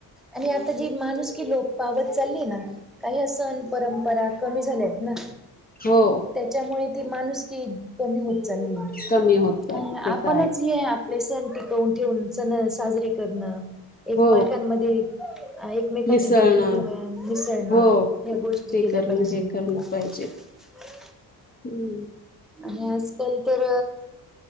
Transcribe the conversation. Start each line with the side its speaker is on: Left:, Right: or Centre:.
Centre: आणि आता जी माणूस की लोप पावत चालली ना काही या सण परंपरा कमी झाल्यात ना.
Left: हो.
Centre: त्याच्यामुळे ती माणूसकी कमी होत चाललीय.
Left: कमी होतात
Centre: मग
Left: ते
Centre: आपणच
Left: तर आहे
Centre: हे आपले सण टिकवून ठेवून सण साजरे करणं एकमेकांमध्ये
Left: हो
Centre: आहे मेकांची
Left: मिसळणं
Centre: देवाणघेवाण मिसळणं
Left: हो
Centre: या गोष्टी
Left: ते
Centre: केल्या
Left: करणं
Centre: पाहिजे.
Left: हे
Centre: <inaudible>
Left: करणं पाहिजे हम्म.
Centre: आणि आजकाल तर